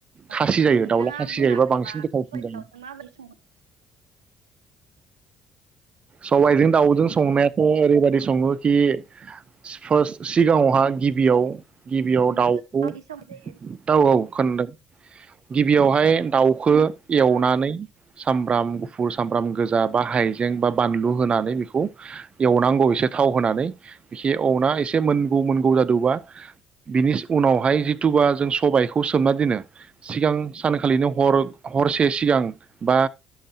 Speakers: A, on the right (about 80°); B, on the right (about 40°).
A: औ
B: खासि जायो
A: नोंथाङा
B: दाउला खासि
A: बुंनो
B: जायोबा
A: हागोनबा
B: बांसिन गोथावसिन
A: सबायखौ
B: जायो
A: माबोरै सङो?
B: सबायजों दाउजों संनायाथ' ओरैबायदि सङो कि फार्स्ट सिगाङावहा गिबियाव गिबियाव
A: माबायदि
B: दाउखौ
A: संनाय जायो
B: दाउ औ खोनादों। गिबियावहाय दाउखो एवनानै
A: औ
B: सामब्राम गुफुर सामब्राम गोजा। बा हाइजें बा बानलु होनानै बेखौ एवनांगौ एसे थाव होनानै बिखि एवना एसे मोन मोनगौ जादोंबा बिनि उनावहाय जिथुबा जों सबायखौ सोमना दोनो सिगां सानखालिनो हर हरसे सिगां बा